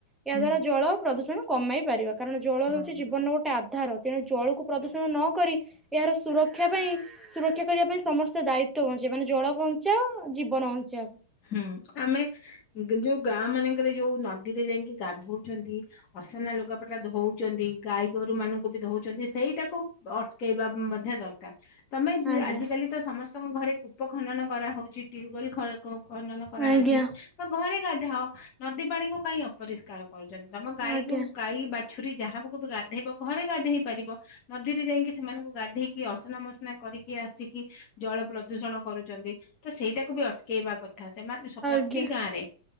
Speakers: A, in the centre; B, on the left (about 30°).
A: ଏହା
B: ହୁଁ
A: ଦ୍ଵାରା ଜଳ ପ୍ରଦୂଷଣ କମାଇ ପାରିବା। କାରଣ ଜଳ
B: ହଁ
A: ହେଉ ନଉଟା ଆଧାର। ତେଣୁ ଜଳକୁ ପ୍ରଦୂଷଣ ନ କରି ଏହାର ସୁରକ୍ଷା ପାଇଁ ସୁରକ୍ଷା କରିବା ପାଇଁ ସମସ୍ତେ ଦାୟିତ୍ୱ ବଞ୍ଚେଇ ମାନେ ଜଳ ବଞ୍ଚାଅ ଜୀବନ ବଞ୍ଚାଅ।
B: ହୁଁ ଆମେ ଯୋଉ ଗାଁ ମାନଙ୍କରେ ଯୋଉ ନଦୀରେ ଯାଇକି ଗାଧଉଛନ୍ତି। ଅସନା ଲୁଗାପଟା ଧଉଛନ୍ତି, ଗାଈ ଗୋରୁ ମାନଙ୍କୁ ବି ଧଉଛନ୍ତି। ସେଇଟାକୁ ଅ ଟେକେଇବା ମଧ୍ୟ ଦରକାର। ତମେ
A: ଆଜ୍ଞା
B: ଆଜିକାଲି ତ ସମସ୍ତଙ୍କ ଘରେ କୂପ ଖନନ କରାହଉଛି, ଟ୍ୟୁବଲ ଖଳକ ଖନନ କରାହେଉଛି
A: ଆଜ୍ଞା
B: ତ ଘରେ ଗାଧାଅ। ନଦୀ ପାଣି କ କାଇଁ ଅପରିଷ୍କାର କରୁଛନ୍ତି। ତମ ଗାଈକୁ
A: ଆଜ୍ଞା
B: ଗାଈ ବାଛୁରୀ ଯାହାବକୁ ବି ଗାଧେଇବ ଘରେ ଗାଧେଇ ପାରିବ। ନଦୀରେ ଯାଇକି ସେମାନଙ୍କୁ ଗାଧେଇକି ଅସନା ମସନା କରିକି ଆସିକି ଜଳ ପ୍ରଦୂଷଣ କରୁଛନ୍ତି। ତ ସେଇଟାକୁ ବି ଅଟକେଇବା କଥା। ସେମାନେ ପ୍ରତି
A: ଆଜ୍ଞା।
B: ଗାଁରେ